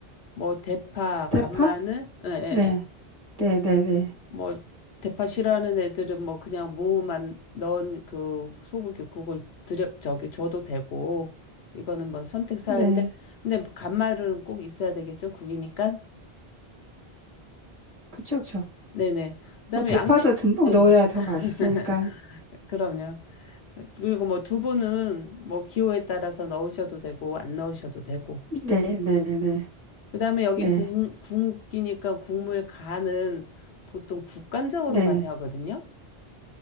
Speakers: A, on the left; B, on the right.
A: 뭐, 대파,
B: 대파?
A: 간마늘, 예, 예,
B: 네.
A: 예.
B: 네 네네.
A: 뭐, 대파 싫어하는 애들은 뭐, 그냥 무만 넣은 그 소고기 국을 드려, 저기, 줘도 되고, 이거는 뭐 선택 사항인데,
B: 네.
A: 근데 간마늘은 꼭 있어야 되겠죠, 국이니까?
B: 그쵸, 그쵸.
A: 네네. 그다음에
B: 뭐 대파도
A: 양념,
B: 듬뿍
A: 예,
B: 넣어야 더
A: <laughs>
B: 맛있으니까.
A: 그럼요. 그리고 뭐 두부는 뭐 기호에 따라서 넣으셔도 되고 안 넣으셔도 되고.
B: 네네네.
A: 그다음에 여기
B: 네.
A: 국, 국이니까 국물 간은 보통 국간장으로
B: 네.
A: 많이 하거든요.